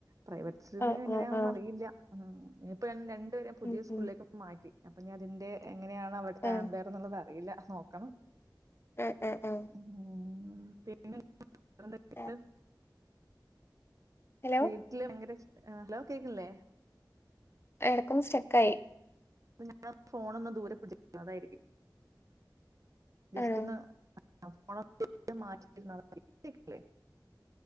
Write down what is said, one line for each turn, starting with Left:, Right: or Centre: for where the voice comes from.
Right: പ്രൈവറ്റ്
Left: ആ
Right: എങ്ങനെയണന്നും
Left: ആ ആ
Right: അറിയില്ല ഉം ഇനിയിപ്പോ രണ്ടുപേര പുതിയ
Left: ഉം
Right: സ്കൂളിലേക്ക്
Left: ഉം
Right: മാറ്റി അപ്പൊ ഞാൻ അതിന്റെ എങ്ങനെയാണ് അവിട്ത്തെ
Left: ആ
Right: ആമ്പയർ എന്നുള്ളത് അറിയില്ല നോക്കണം
Left: ആഹ് ആഹ് ആഹ്
Right: ഉം, <unintelligible>
Left: ആ. ഹലോ
Right: വീട്ടില് ഭയങ്കര ഹലോ കേക്കില്ലേ
Left: എടക്കൊന്ന് സ്റ്റക്കായി
Right: ഞൻ ഫോണ് ഒന്ന് ദൂരെ പിടതായിരിക്കും ജസ്റ്റ്
Left: ആണോ
Right: ഒന്ന് <unintelligible>